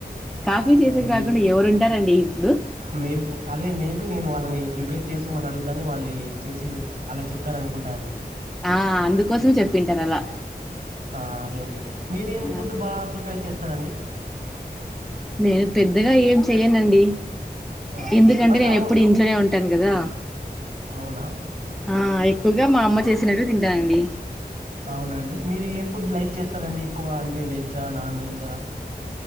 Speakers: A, in the centre; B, on the right (about 55°).
A: కాఫీ చేసేకి
B: ఆ మేబి
A: రాకుండా ఎవరుంటారండి ఇప్పుడు
B: మేబ అదే మేబి నేను వాళ్ళని ప్రిపేర్ చేసి మనం అడుగుతాని వాళ్ళు చేసి అలా చెప్పార అనుకుంటా అండి
A: ఆ అందుకోసం చెప్పింటారు అలా
B: ఆ అదే అండి మీరేం
A: ఆ
B: ఫుడ్ బా ప్రిపేర్ చేస్తారండి
A: నేను పెద్దగా ఏం చెయ్యనండి
B: ఆ
A: ఎందుకంటే
B: ఫస్ట్
A: నేను
B: అవు
A: ఎప్పుడు ఇంట్లోనే ఉంటాను కదా
B: అవునా
A: ఆ ఎక్కువగా మా అమ్మ చేసినట్టు తింటానండి
B: అవునండి మీరు ఏ ఫుడ్ లైక్ చేస్త స్తారండి ఎక్కువ అంటే వెజ్జా నాన్ వెజా